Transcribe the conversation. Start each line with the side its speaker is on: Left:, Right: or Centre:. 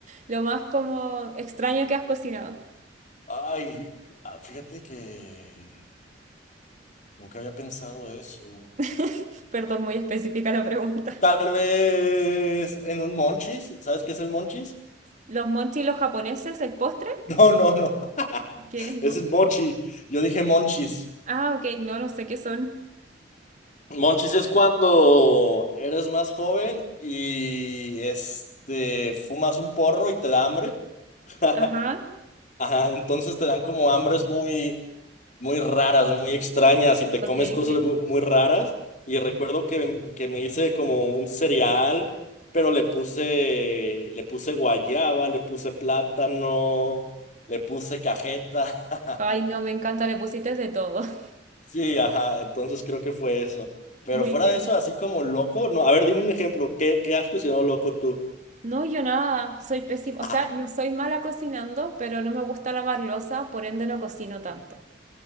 Right: lo más como extraño que has cocinado.
Left: Ay, ah, fíjate que nunca había pensado eso.
Right: <laughs> Perdón, muy específica la pregunta.
Left: Tal vez en un monchis, ¿sabes qué es el monchis? <laughs>
Right: ¿Los monchi los japoneses, el postre?
Left: No, no, no. <laughs>
Right: ¿Qué? No.
Left: Ese es mochi. Yo dije monchis.
Right: Ah, ok, no, no sé qué son.
Left: Monchis es cuando eres más joven y este fumas un porro y te da hambre. <laughs>
Right: Ajá,
Left: Ajá, entonces te dan como hambres muy, muy raras, muy extrañas y te
Right: ok,
Left: comes cosas
Right: ok.
Left: mu- muy, raras. Y recuerdo que, que me hice como un cereal, pero le puse, le puse guayaba, le puse plátano, le puse cajeta. <laughs>
Right: Ay, no, me encanta, le pusiste de todo. <laughs>
Left: Sí, ajá, entonces creo que fue eso. Pero
Right: Muy
Left: fuera
Right: bien.
Left: de eso, así como loco, no, a ver, dime un ejemplo, ¿qué, qué has cocinado loco tú?
Right: No, yo nada, soy pésima,
Left: <laughs>
Right: o sea, no soy mala cocinando, pero no me gusta lavar loza, por ende no cocino tanto.